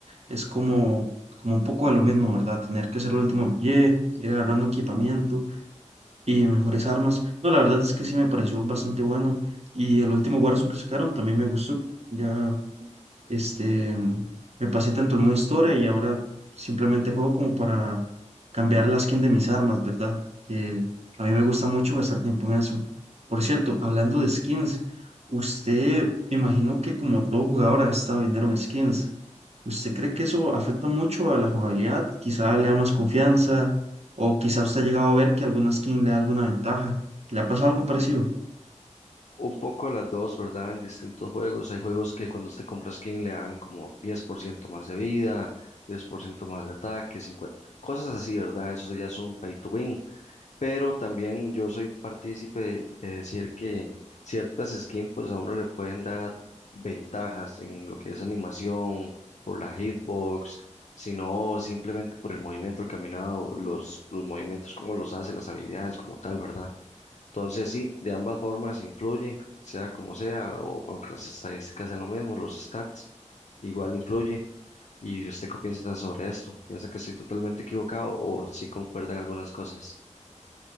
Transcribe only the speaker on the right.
es como, como un poco de lo mismo, ¿verdad? Tener que ser el último en pie, ir agarrando equipamiento y mejores armas. No, la verdad es que sí me pareció bastante bueno. Y el último Warzone que sacaron también me gustó. Ya este, mm, me pasé tanto el modo historia y ahora simplemente juego como para cambiar la skin de mis armas, ¿verdad? Que a mí me gusta mucho gastar tiempo en eso. Por cierto, hablando de skins, usted, me imagino que como todo jugador ha gastado dinero en skins. ¿Usted cree que eso afecta mucho a la jugabilidad? Quizá le da más confianza o quizá usted ha llegado a ver que alguna skin le da alguna ventaja. ¿Le ha pasado algo parecido?